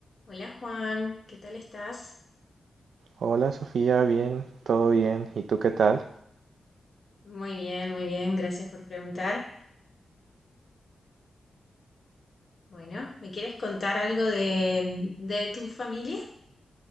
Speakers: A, on the left; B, on the right.
A: Hola Juan, ¿qué tal estás?
B: Hola Sofía, bien, todo bien. ¿Y tú qué tal?
A: Muy bien, muy bien, gracias por preguntar. Bueno, ¿me quieres contar algo de, de tu familia?